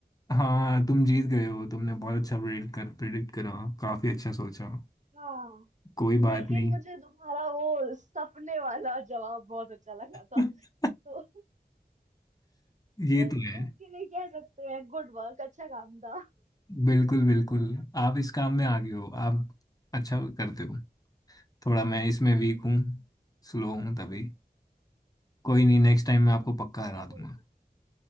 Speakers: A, on the left; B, on the right.
A: हाँ तुम जीत गए हो तुमने बहुत अच्छा प्रेडिक्ट कर प्रेडिक्ट करा काफी अच्छा सोचा
B: हाँ
A: कोई बात
B: लेकिन
A: नहीं
B: मुझे तुम्हारा वो सपने वाला जवाब बहुत अच्छा लगा था
A: <laughs>
B: तो
A: ये
B: इस-
A: तो है
B: उसके लिए कह सकते हैं गुड वर्क अच्छा काम था
A: बिल्कुल बिल्कुल आप इस काम में आगे हो आप अच्छा करते हो थोड़ा मैं इसमें वीक हूँ स्लो हूँ तभी कोई नहीं नेक्स्ट टाइम मैं आपको पक्का
B: बिल्कुल
A: हरा दूंगा